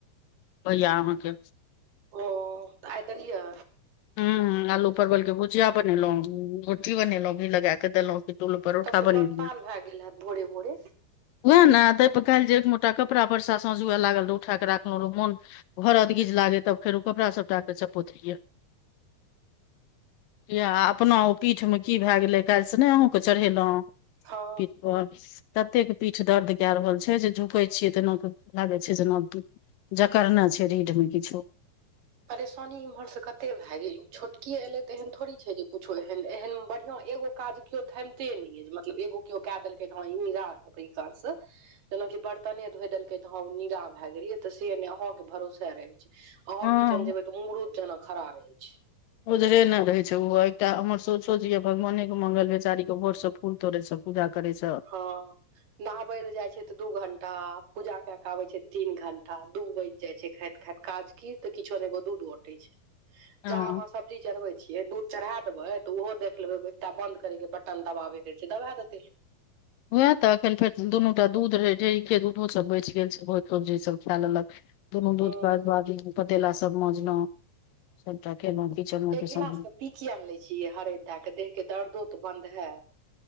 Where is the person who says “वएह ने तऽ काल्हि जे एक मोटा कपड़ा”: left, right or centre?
Left